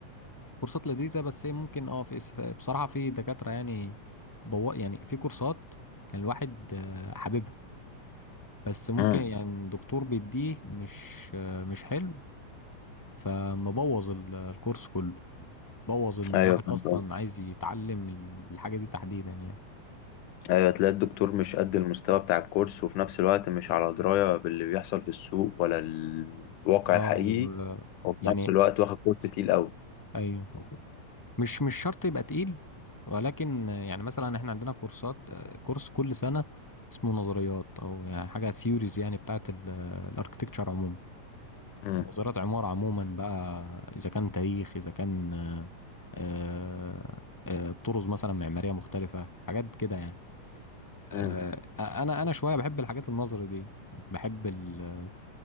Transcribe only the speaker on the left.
امم
ايوه فهمت
قصدك
ايوه تلاقي الدكتور مش قد المستوى بتاع الكورس وفي نفس الوقت مش على درايه باللي بيحصل في السوق ولا الواقع
الحقيقي
وفي
نفس الوقت واخد كورس تقيل قوي
امم
امم